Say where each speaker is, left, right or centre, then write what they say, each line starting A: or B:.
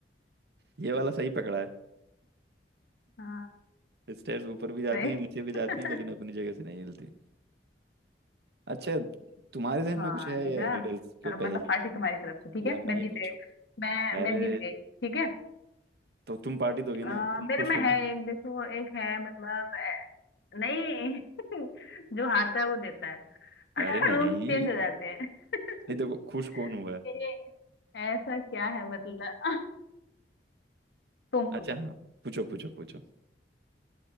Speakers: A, on the right; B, on the left.
A: ये वाला सही पकड़ा
B: हाँ
A: है स्टेयर्स ऊपर भी जाती
B: सही
A: हैं नीचे भी
B: <laughs>
A: जाती हैं लेकिन अपनी जगह से नहीं हिलती अच्छा तुम्हारे जहन
B: हाँ
A: में कुछ है
B: देखा
A: या रिडल्स कोई
B: अब
A: पहेली
B: मतलब पार्टी तुम्हारी तरफ से ठीक है
A: या मैं
B: मैं
A: ही
B: जीत
A: पूछूं
B: गई मैं
A: अरे
B: मैं जीत गई ठीक है
A: तो तुम पार्टी दोगी
B: आ,
A: ना तुम
B: मेरे
A: खुश
B: में
A: हो ना
B: है एक देखो एक है मतलब अ, नहीं <laughs> जो हारता है वो देता है <laughs>
A: अरे नहीं
B: रूल्स
A: नहीं
B: चेंज हो जाते हैं <laughs>
A: देखो खुश कौन हुआ है
B: ये ऐसा क्या है मतलब <laughs> तुम
A: अच्छा हाँ पूछो पूछो पूछो